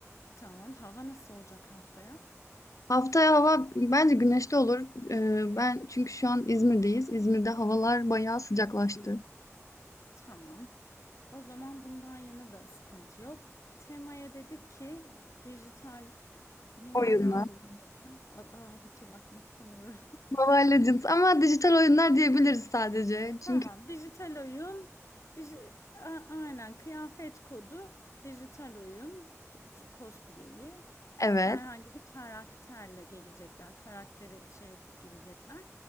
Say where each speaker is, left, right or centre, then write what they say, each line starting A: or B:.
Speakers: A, on the left (about 65°); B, on the left (about 85°).
A: Tamam hava nasıl olacak haftaya?
B: Haftaya hava bence güneşli olur. Ee, ben çünkü şu an İzmir'deyiz. İzmir'de havalar bayağı sıcaklaştı.
A: Tamam. O zaman bundan yana da sıkıntı yok. Temaya dedik ki dijital neydi
B: Oyunlar.
A: ya bu oyunun adı? Aa, bir türlü aklımda tutamıyorum.
B: Mobile Legends ama dijital oyunlar diyebiliriz sadece.
A: Tamam.
B: Çünkü
A: Dijital oyun. Diji A- aynen kıyafet kodu. Dijital oyun. t- t- cosplay'i.
B: Evet.
A: Herhangi bir karakterle gelecekler. Karakteri şey yapıp girecekler.